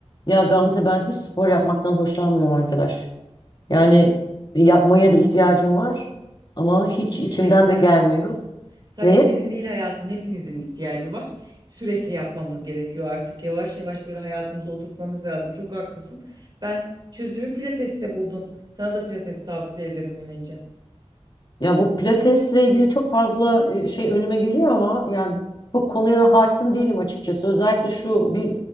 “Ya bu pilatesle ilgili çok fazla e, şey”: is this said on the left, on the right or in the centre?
Left